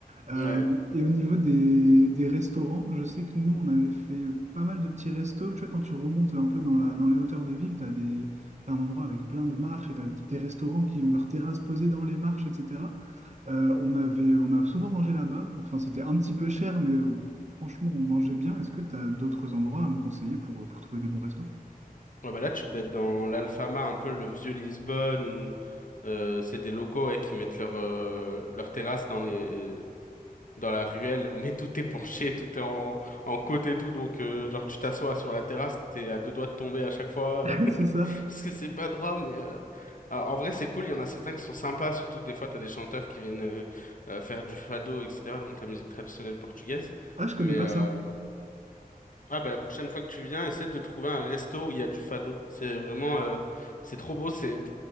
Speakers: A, on the right; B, on the left.
A: Euh,
B: vois. Ouais.
A: et au niveau des, des restaurants, je sais que nous, on avait fait pas mal de petits restos. Tu vois, quand tu remontes un peu dans la, dans les hauteurs de ville, tu as des, t'as un endroit avec plein de marches et tu as des restaurants qui ont leurs terrasses posées dans les marches, etc. Euh, on avait, on a souvent mangé là-bas. Enfin, c'était un petit peu cher, mais euh, franchement, on mangeait bien. Est-ce que tu as d'autres endroits à me conseiller pour, euh, pour trouver des bons restos?
B: Ouais, bah là, tu devais être dans l'Alfama, un peu le vieux Lisbonne, où euh, c'est des locaux ouais, qui mettent leur, euh, leur terrasse dans les, dans la ruelle, <laughs> mais tout est penché, tout est en, en côte et tout. Donc, euh, genre, tu t'assois sur la terrasse, t'es à deux doigts de tomber à chaque fois.
A: <laughs> C'est ça.
B: parce que c'est pas droit, mais euh, ah, en vrai, c'est cool. Il y en a certains qui sont sympas, surtout que des fois, t'as des chanteurs qui viennent euh, euh, faire du fado, etc., donc la musique traditionnelle portugaise.
A: Ah, je connais
B: Mais
A: pas
B: euh,
A: ça.
B: ah, bah, la prochaine fois que tu viens, essaie de trouver un resto où il y a du fado. C'est vraiment, euh, c'est trop beau. C'est